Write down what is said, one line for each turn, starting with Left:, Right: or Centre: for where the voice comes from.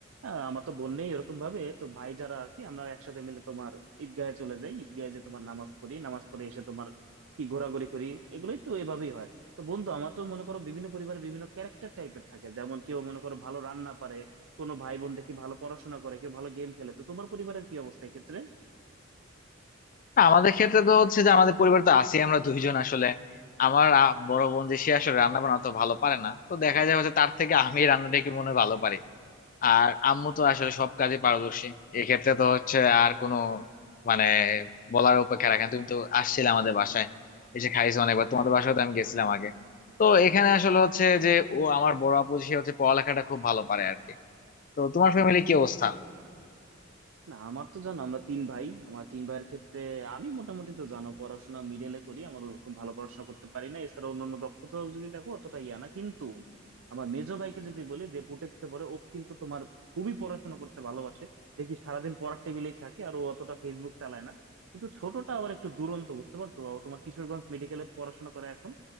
Right: আহ, আমার তো বোন নেই এরকম ভাবে তো ভাই যারা আছি আমরা একসাথে মিলে তোমার ঈদগাহে চলে যাই ঈদগাহে যে তোমার নামাজ পড়ি নামাজ পড়ে এসে তোমার কি ঘোরাঘুরি করি এগুলোই তো এভাবেই হয় তো বন্ধু আমার তো মনে করো বিভিন্ন পরিবারে বিভিন্ন ক্যারেক্টার টাইপের থাকে যেমন কেউ মনে করো ভালো রান্না পারে কোনো ভাই বোন দেখি ভালো পড়াশোনা করে কেউ ভালো গেম খেলে তো তোমার পরিবারের কি অবস্থা এক্ষেত্রে
Left: না, আমাদের ক্ষেত্রে তো হচ্ছে যে আমাদের পরিবার তো আছি আমরা দুইজন আসলে আমার আ- বড় বোন যে সে আসলে রান্না বান্না অত ভালো পারে না তো দেখা যায় হচ্ছে তার থেকে আমি রান্নাটা একটু মনে হয় ভালো পারি আর আম্মু তো আসলে সব কাজে পারদর্শী এক্ষেত্রে তো হচ্ছে আর কোনো মানে বলার অপেক্ষা রাখেন তুমি তো আসছিলে আমাদের বাসায় এসে খাইছো অনেকবার তোমাদের বাসায় তো আমি গেছিলাম আগে তো এখানে আসলে হচ্ছে যে ও আমার বড় আপু সে হচ্ছে পড়ালেখাটা খুব ভালো পারে আর কি তো তোমার ফ্যামিলি কি অবস্থা
Right: না আমার তো জানো আমরা তিন ভাই আমার তিন ভাইয়ের ক্ষেত্রে আমি মোটামুটি তো জানো পড়াশোনা মিডলে করি আমার ওরকম ভালো পড়াশোনা করতে পারি না এছাড়া অন্যান্য দক্ষতা যদি দেখো অতটা ইয়া না কিন্তু আমার মেজো ভাইকে যদি বলি যে পুটেক্সে পড়ে ও কিন্তু তোমার খুবই পড়াশোনা করতে ভালোবাসে দেখি সারাদিন পড়ার টেবিলেই থাকে আর ও অতটা ফেসবুক চালায় না কিন্তু ছোটটা আবার একটু দুরন্ত বুঝতে পারছো ও তোমার কিশোরগঞ্জ মেডিকেলে পড়াশোনা করে এখন